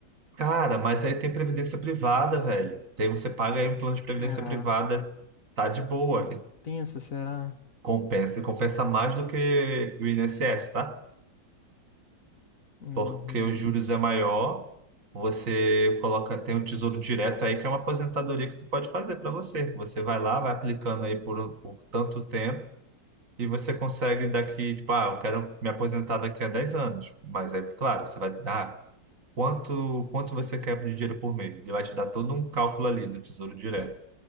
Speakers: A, on the right; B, on the left.
A: Cara, mas aí tem previdência privada, velho. Tem, você paga aí um plano de previdência
B: Cara,
A: privada, tá de boa.
B: compensa,
A: E
B: será?
A: compensa, e compensa mais do que o INSS, tá?
B: Uhum,
A: Porque os juros é maior, você coloca, tem o Tesouro Direto aí, que é uma aposentadoria que tu pode fazer pra você. Você vai lá, vai aplicando aí por, por tanto tempo. E você consegue daqui, tipo, ah, eu quero me aposentar daqui a 10 anos. Mas aí, claro, você vai dar quanto, quanto você quer de dinheiro por mês. Ele vai te dar todo um cálculo ali no Tesouro Direto,